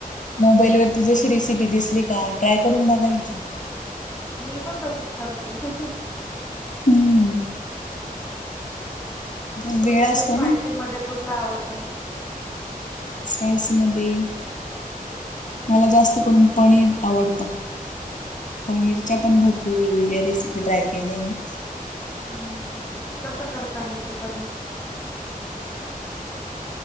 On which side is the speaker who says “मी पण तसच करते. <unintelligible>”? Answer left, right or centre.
Left